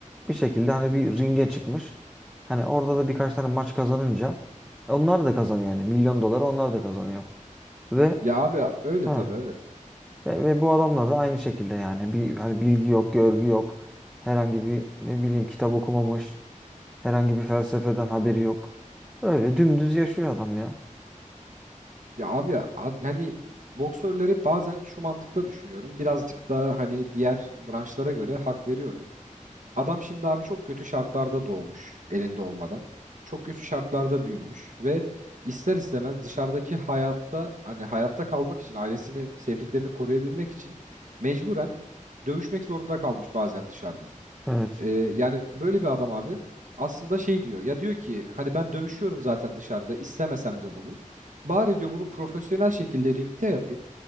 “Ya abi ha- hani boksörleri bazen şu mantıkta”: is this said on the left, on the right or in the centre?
Right